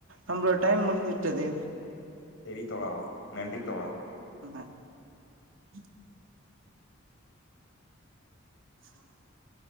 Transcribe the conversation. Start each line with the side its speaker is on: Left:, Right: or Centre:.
Right: நம்மளோட டைம் முடிஞ்சிட்டது
Left: செரி தோழா வா நன்றி தோழா
Right: ஆ <unintelligible> <unintelligible>